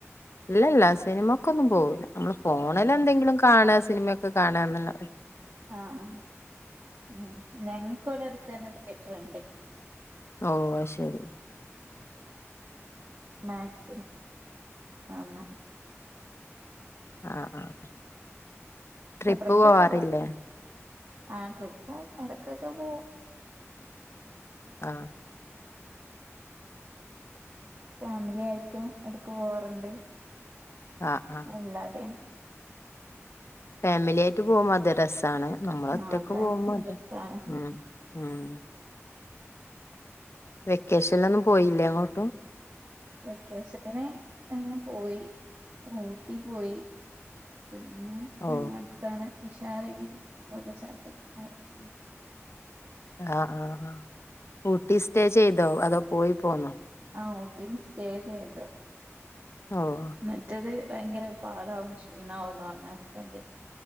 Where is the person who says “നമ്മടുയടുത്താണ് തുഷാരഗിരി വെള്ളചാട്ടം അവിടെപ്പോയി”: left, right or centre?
Right